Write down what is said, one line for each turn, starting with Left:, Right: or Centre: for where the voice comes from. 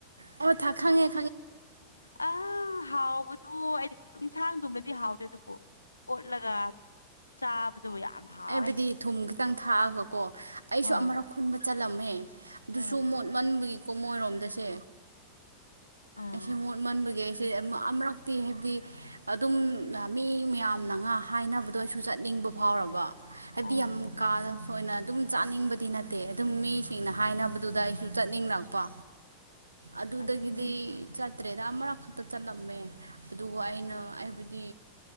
Right: ꯑꯣ ꯊꯥꯉꯦ
Left: ꯑ ꯍꯥꯎꯕꯗꯨ ꯑꯩꯗꯤ ꯌꯦꯟꯁꯥꯡꯗꯨꯃꯗꯤ ꯍꯥꯎꯗꯣꯏ ꯑꯗꯨꯕꯨ ꯑꯣꯣꯠꯂꯒ ꯆꯥꯕꯗꯨꯕꯨ ꯌꯥꯝ ꯍꯥꯎꯋꯦ
Right: ꯑꯩꯕꯨꯗꯤ ꯊꯨꯝ ꯈꯤꯇꯪ ꯊꯥꯛꯑꯒ ꯀꯣ ꯑꯩꯁꯨ
Left: ꯍꯣꯏ
Right: ꯑꯃꯨꯔꯛ ꯈꯨꯨꯟꯕ ꯆꯠꯂꯝ ꯑꯗꯨꯁꯨ
Left: ꯍꯣꯏ
Right: ꯃꯣꯠꯃꯟꯕꯒꯤꯀꯣ ꯃꯣꯏꯔꯣꯝꯗꯁꯦ
Left: ꯑꯥ
Right: ꯑꯁꯤꯁ ꯃꯣꯠ ꯃꯟꯕꯒꯦ ꯁ ꯑꯃꯨꯔꯛꯇꯤ ꯍꯥꯏꯕꯗꯤ ꯑꯗꯨꯝ ꯃꯤ ꯃꯌꯥꯝꯅ ꯉꯥ ꯍꯥꯏꯅꯕꯗꯣ ꯑꯩꯁꯨ ꯆꯠꯅꯤꯡ ꯇꯨꯝꯕ ꯐꯥꯎꯔꯕ ꯍꯥꯏꯕꯗꯤ
Left: ꯑꯣ
Right: ꯌꯥꯝ ꯀꯥ ꯑꯣꯏꯅ ꯑꯗꯨꯝ ꯆꯥꯅꯤꯡꯕꯗꯤ ꯅꯠꯇꯦ ꯑꯗꯨꯝ ꯃꯤꯁꯤꯡꯅ ꯍꯥꯏꯅꯕꯗꯨꯗ ꯑꯩꯁꯨ ꯆꯠꯅꯤꯡꯉꯛꯄ ꯑꯗꯨꯗꯒꯤꯗꯤ
Left: ꯑꯗꯨꯅꯦ
Right: ꯆ ꯇꯔꯦꯗ ꯑꯃꯛ ꯈꯛꯇ ꯆꯠꯂꯝꯃꯦ ꯑꯗꯨꯒ ꯑꯩꯅ ꯑꯩꯕꯨꯗꯤ